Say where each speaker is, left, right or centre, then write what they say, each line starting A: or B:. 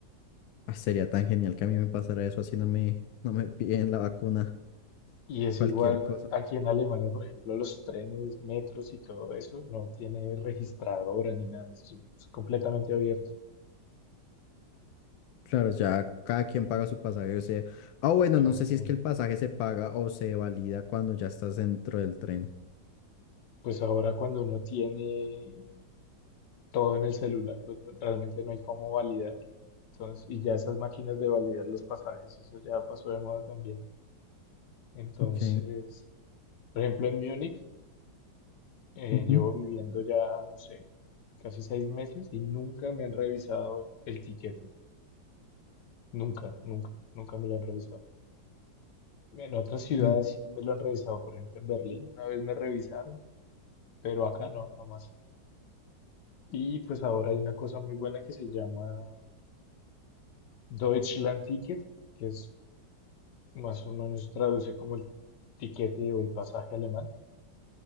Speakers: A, on the left; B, on the left.
A: ah, sería tan genial que a mí me pasara eso así no me, no me piden la vacuna,
B: Y es
A: cualquier
B: igual
A: cosa.
B: aquí en Alemania, por ejemplo, los trenes, metros y todo eso no tiene registradora ni nada, es, es completamente abierto.
A: Claro, ya cada quien paga su pasaje, o sea, ah, bueno,
B: Creo
A: no sé
B: que
A: si es que el pasaje se paga o se valida cuando ya estás dentro del tren.
B: pues ahora cuando uno tiene todo en el celular, pues no- realmente no hay cómo validarlo. Entonces, y ya esas máquinas de validar los pasajes, eso ya pasó de moda también. Entonces,
A: Ok,
B: por ejemplo, en Múnich, eh,
A: ujú,
B: llevo viviendo ya, no sé, casi seis meses y nunca me han revisado el tiquete. Nunca, nunca, nunca me lo han revisado. En otras ciudades
A: ah,
B: sí me lo han revisado, por ejemplo, en Berlín una vez me revisaron, pero acá no, jamás. Y pues ahora hay una cosa muy buena que se llama Deutschland Ticket, que es más o menos traduce como el tiquete o el pasaje alemán,